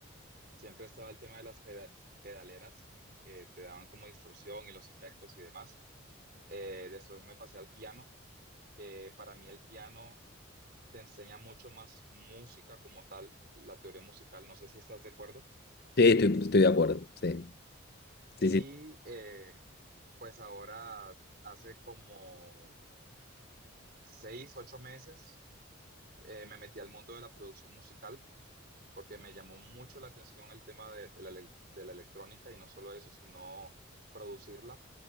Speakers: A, on the right (about 45°); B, on the left (about 50°).
A: siempre estaba el tema de las peda- pedaleras que te daban como distorsión y los efectos y demás. Eh, después me pasé al piano, que para mí el piano te enseña mucho más música como tal, la teoría musical, no sé si estás de acuerdo.
B: Sí, estoy, estoy de acuerdo, sí, sí,
A: Y
B: sí,
A: eh, pues ahora hace como seis, ocho meses eh, me metí al mundo de la producción musical porque me llamó mucho la atención el tema de, de la, ele- de la electrónica y no solo eso, sino producirla